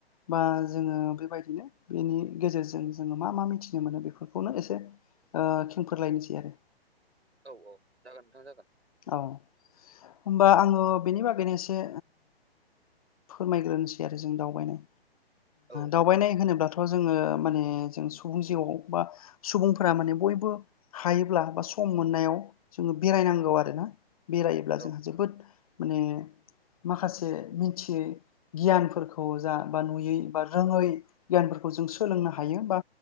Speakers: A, on the left; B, on the right.
A: बा जोङो बेबायदिनो बेनि गेजेरजों जोङो मा मा मिथिनो मोनो बेफोरखौनो एसे खेंफोरलायनोसै आरो
B: औ औ जागोन नोंथां जागोन
A: औ होमबा आङो बेनि बागैनो एसे फोरमायग्रोनोसै आरो जों दावबायनाय
B: औ
A: दावबायनाय होनोब्लाथ' थ जोङो माने जों सुबुं जिउआव बा सुबुंफोरा माने बयबो हायोब्ला बा सम मोननायाव जोङो बेरायनांगौ आरोना बेरायोब्ला
B: औ
A: जोंहा जोबोद माने माखासे मिथियै गियानफोरखौ जा बा नुयै बा रोङै गियानफोरखौ जों सोलोंनो हायो बा